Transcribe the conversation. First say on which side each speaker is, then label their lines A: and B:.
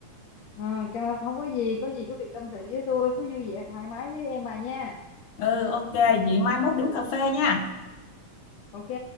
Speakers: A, on the left (about 65°); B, on the left (about 80°).
A: à, ca- không có gì có gì cứ việc tâm sự với tôi cứ vui vẻ thoải mái với em bà nha
B: ừ ok vậy mai mốt đi uống cà phê nha
A: ok